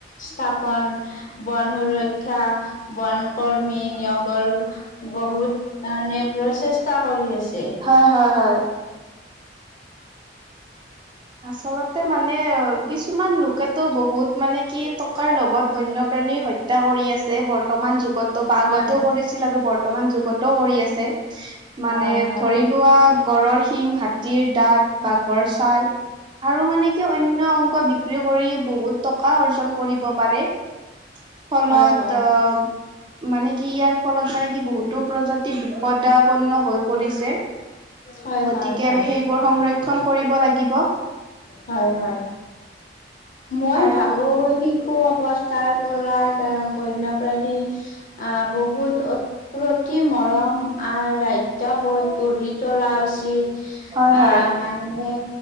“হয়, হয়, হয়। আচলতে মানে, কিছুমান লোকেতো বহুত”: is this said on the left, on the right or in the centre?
Right